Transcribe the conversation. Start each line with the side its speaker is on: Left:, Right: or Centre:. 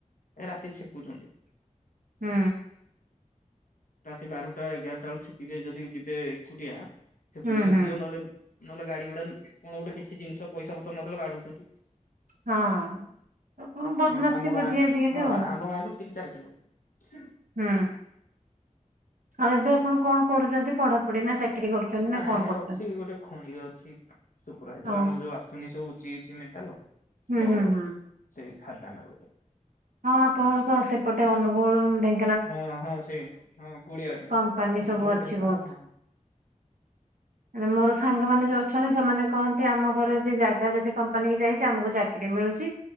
Left: ଏ ରାତି ଛେକୁଛନ୍ତି।
Right: ହୁଁ।
Left: ରାତି ବାରୁଟା ଏଗାରଟା ବେଳୁ ଛେକିବେ ଯଦି ଯିବେ ଏକୁଟିଆ ଛେକୁଛନ୍ତି
Right: ହୁଁ ହୁଁ
Left: ଦିଅ ନହେଲେ ନହେଲେ ଗାଡି ଗୁଡା କଣ ଗୁଟେ କିଛି ଜିନିଷ ପଇସା ପତ୍ର ନଦେଲେ ବାଡଉଛନ୍ତି
Right: ହଁ। କଣ ବଦମାସି
Left: ଆ ଆମ
Right: ବୁଦ୍ଧି
Left: ଗାଁଠୁ
Right: ଆଜିକାଲି
Left: ହଁ
Right: ଆଉ।
Left: ଆମ ଗାଁଠୁ ତିନ ଚାରି କିଲୋ
Right: ହୁଁ ଆଉ ଏବେ ଆପଣ କଣ କରୁଛନ୍ତି ପଢାପଢି ନା କରୁଛନ୍ତି
Left: ନାଇଁ
Right: ନା କଣ
Left: ନାଇଁ
Right: କରୁଛନ୍ତି?
Left: ଅଛି ଗୋଟେ ଖଣିରେ ଅଛି। ସୁପରଭାଇଜର
Right: ହଁ
Left: ଆମର ଯୋଉ ଆସୁନି ସବୁ ଚିପ୍ସ ମେଣ୍ଟାଲ ଷ୍ଟଲ
Right: ହୁଁ ହୁଁ ହୁଁ।
Left: ସେଇ ଖାଦାନ ରୂପରେ
Right: ହଁ ଆପଣଙ୍କ ତ ସେପଟେ ଅନୁଗୁଳୁ ଢେ
Left: ହଁ ହଁ ସେଇ ହଁ କୁଡିଆ ଟନ୍
Right: କମ୍ପାନୀ
Left: ଅନୁଗୁଳୁ
Right: ସବୁ ଅଛି ବହୁତ।
Left: ହଁ ହ
Right: ମୋର ସାଙ୍ଗ ମାନେ ଯୋଉ ଅଛନ୍ତି ସେମାନେ କହନ୍ତି ଆମ ଘରେ ଜେ ଜାଗା ଯଦି କମ୍ପାନୀ କି ଯାଇଛି ଆମକୁ ଚା କିରି ମିଳୁଛି।